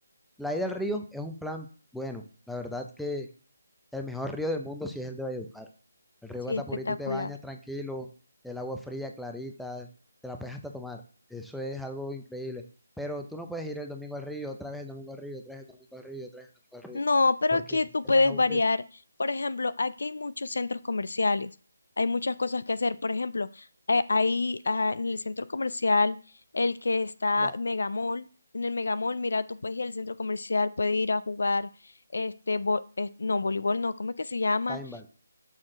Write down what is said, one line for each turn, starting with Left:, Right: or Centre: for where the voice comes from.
Centre: la ida al río es un plan bueno, la verdad que, el mejor río del mundo sí es el de Valledupar. El río
Left: sí,
Centre: Guatapurí,
Left: espectacular.
Centre: tú te bañas tranquilo, el agua fría, clarita, te la puedes hasta tomar. Eso es algo increíble. Pero tú no puedes ir el domingo al río, otra vez el domingo al río, otra vez el domingo al río, otra vez el domingo al río,
Left: No, pero
Centre: porque
Left: es que tú
Centre: te
Left: puedes
Centre: vas a aburrir.
Left: variar. Por ejemplo, aquí hay muchos centros comerciales, hay muchas cosas que hacer. Por ejemplo, eh, ahí ah, en el centro comercial, el que está
Centre: No,
Left: Megamall, en el Megamall, mira, tú puedes ir al centro comercial, puedes ir a jugar, este, bo- eh, no, voleibol, no, ¿cómo es que se llama?
Centre: paintball,